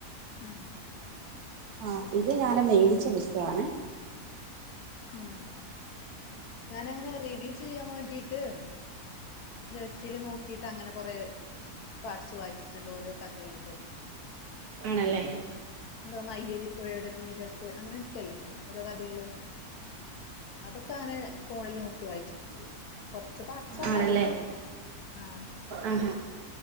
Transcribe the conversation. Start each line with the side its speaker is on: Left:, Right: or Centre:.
Left: ഉം
Right: ആ ഇത് ഞാന മേടിച്ച പുസ്തകണെ
Left: ഉം ഞാന അങ്ങനെ റിവ്യൂ ചെയ്യാൻ വേണ്ടീട്ട് നെറ്റില് നോക്കിയിട്ട് അങ്ങനെ കൊറെ പാട്്സ് വായിച്ചിട്ടുണ്ട് ഓരോ കഥകളുടെ
Right: ആണല്ലേ
Left: എന്ത അയ്യരിിപ്പുഴയുടെ തീരത്ത് അങ്ങനെയൊക്കെയല്ലേ ഓരോ കഥകള്
Right: <unintelligible>
Left: അതൊക്കെ അങ്ങനെ ഫോണിൽ നോക്കി വായിച്ചിട്ടുണ്ട് കൊറച്ച് പാർട്സൊക്കെ
Right: ആണല്ലേ
Left: ആയിരിക്കും ആഹ്
Right: ആഹാ